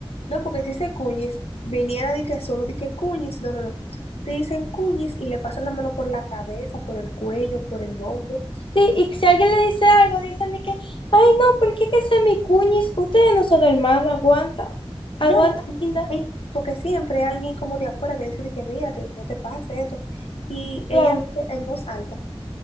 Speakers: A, on the left; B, on the left.
A: no, porque si ese cuñis viniera de que solo di que cuñis, no, no, no. Te dicen cuñis y le pasan la mano por la cabeza, por el cuello, por el hombro.
B: Sí, y si alguien le dice algo, dicen de que, ay, no, ¿por qué que sea mi cuñis? Ustedes no son hermanas, aguanta,
A: No,
B: aguanta, linda.
A: y- porque siempre hay alguien como de afuera que dice de que mírate, no te pase esto. Y ella
B: Claro.
A: dice en voz alta,